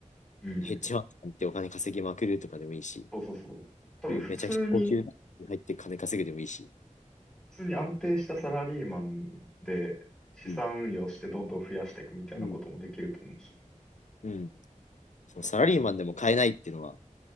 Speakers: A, in the centre; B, on the left.
A: う。うん。
B: ヘッジファンドってお金稼ぎまくるとかでもいいし、
A: そうそうそう。多分普通に、
B: めちゃくちゃ高級なの入って金稼ぐでもいいし、
A: 普通に安定したサラリーマンで資産運用してどんどん増やしていくみたいなこともできると思うし。
B: うん、うん、うん。そのサラリーマンでも買えないっていうのは、
A: うん。